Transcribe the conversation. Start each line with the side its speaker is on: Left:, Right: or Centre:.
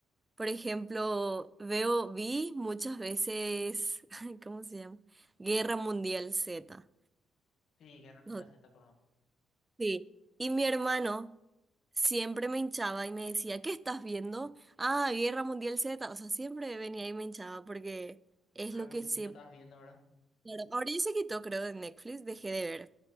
Right: Por ejemplo, veo, vi muchas veces, <laughs> ¿cómo se llama? Guerra Mundial Z.
Left: Sí, Guerra Mundial
Right: No
Left: Z conozco.
Right: Sí, y mi hermano siempre me hinchaba y me decía, ¿qué estás viendo? Ah, Guerra Mundial Z, o sea, siempre venía y me hinchaba porque es
Left: Claro,
Right: lo
Left: porque
Right: que
Left: siempre
Right: siempre...
Left: estabas viendo, ¿verdad?
Right: Claro, ahora ya se quitó, creo, de Netflix, dejé de ver.